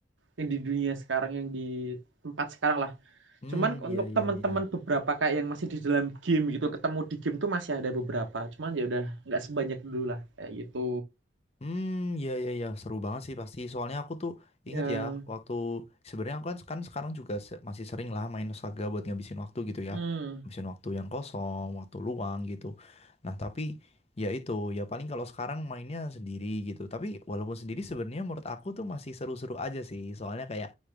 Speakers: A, on the right; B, on the left.
A: yang di dunia sekarang yang di tempat sekarang lah
B: Hmm,
A: cuman untuk
B: iya, iya,
A: teman-teman
B: iya.
A: beberapa kayak yang masih di dalam game gitu ketemu di game tuh masih ada beberapa cuman ya udah nggak sebanyak dulu lah kayak gitu
B: Hmm, iya iya iya seru banget sih pasti. Soalnya aku tuh
A: ya
B: ingat ya Iya. waktu sebenarnya aku kan, kan sekarang juga se- masih sering lah main Saga buat ngabisin waktu gitu ya.
A: hmm
B: Ngabisin waktu yang kosong, waktu luang gitu. Nah, tapi ya itu ya paling kalau sekarang mainnya sendiri gitu. Tapi walaupun sendiri sebenarnya menurut aku tuh masih seru-seru aja sih. Soalnya kayak